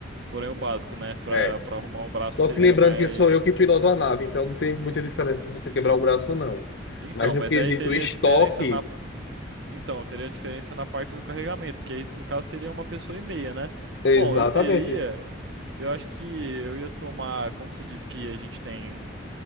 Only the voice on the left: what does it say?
É.
Só
que lembrando
que sou eu que piloto a nave, então não tem muita diferença se você quebrar o braço ou não.
Mas no
quesito
estoque,
exatamente.